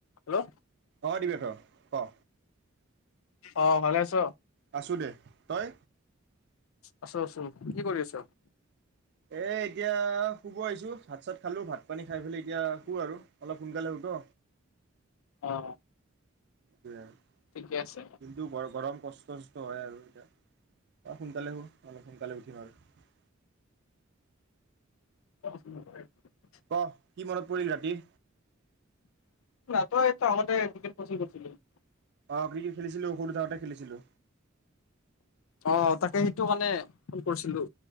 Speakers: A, on the left (about 85°); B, on the right (about 55°).
A: Hello
B: অ', দিৱেশ্বৰ। ক।
A: অ', ভালে আছ?
B: আছো দে, তই?
A: আছো আছো। কি কৰি আছ?
B: এই এতিয়া শুব আহিছো ভাত-চাত খালো ভাত-পানী খাই পেলি এতিয়া শুও আৰু অলপ সোনকালে শু টো।
A: অ'।
B: <unintelligible>
A: ঠিকে আছে
B: কিন্তু বৰ গৰম পচ্ছে। সুস্থ হয় আৰু এতিয়া। সোনকালে শুম আৰু সোনকালে উঠিম আৰু।
A: <unintelligible>
B: কহ কি মনত পৰিল ৰাতি?
A: <unintelligible>
B: অ', ক্ৰিকেট খেলিছিলো সৰু থাকোতে খেলিছিলো।
A: অ', তাকে, সেইটো কাৰণে ফোন কৰিছিলো।